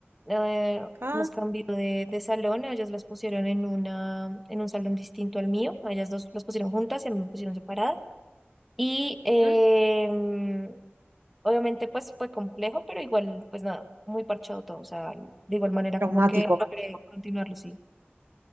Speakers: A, in the centre; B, on the right.
A: eh,
B: Ah,
A: nos cambió de, de salón, a ellas las pusieron en una, en un salón distinto al mío, a ellas dos las pusieron juntas y a mí me pusieron separadas. Y eh,
B: ujú.
A: mm, obviamente pues fue complejo, pero igual, pues nada, muy parchado todo, o sea, de igual manera
B: Traumático.
A: como que logré continuarlo, sí,